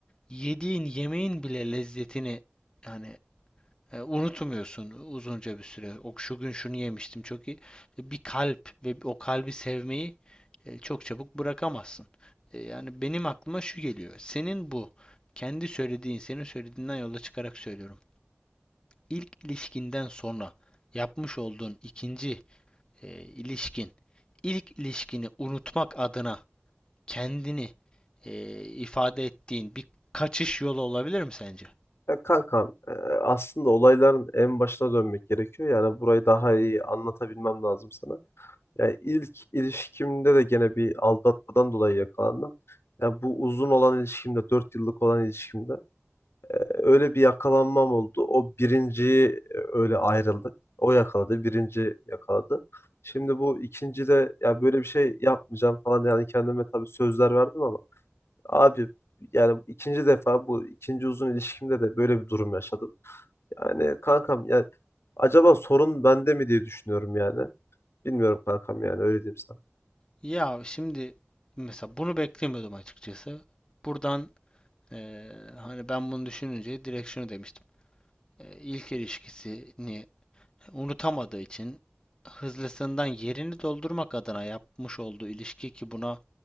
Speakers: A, on the left; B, on the left.
A: yediğin yemeğin bile lezzetini yani E, unutmuyorsun uzunca bir süre. O şu gün şunu yemiştim çok iyi. E, Bir kalp ve o kalbi sevmeyi e, çok çabuk bırakamazsın. E, yani benim aklıma şu geliyor. Senin bu kendi söylediğin, senin söylediğinden yola çıkarak söylüyorum. İlk ilişkinden sonra yapmış olduğun ikinci e, ilişkin, ilk ilişkini unutmak adına kendini e, ifade ettiğin bir kaçış yolu olabilir mi sence?
B: Ya kankam e, aslında olayların en başına dönmek gerekiyor. Yani burayı daha iyi anlatabilmem lazım sana. Yani ilk ilişkimde de gene bir aldatmadan dolayı yakalandım. Yani bu uzun olan ilişkimde, 4 yıllık olan ilişkimde e, öyle bir yakalanmam oldu. O birinciyi e, öyle ayrıldık. O yakaladı, birinci yakaladı. Şimdi bu ikinci de ya böyle bir şey yapmayacağım falan yani kendime tabii sözler verdim ama abi yani ikinci defa bu ikinci uzun ilişkimde de böyle bir durum yaşadım. Yani kankam yani acaba sorun bende mi diye düşünüyorum yani. Bilmiyorum kankam yani öyle diyeyim sana.
A: Ya şimdi mesela bunu beklemiyordum açıkçası. Buradan eee, hani ben bunu düşününce direkt şunu demiştim. Eee, İlk ilişkisini unutamadığı için hızlısından yerini doldurmak adına yapmış olduğu ilişki ki buna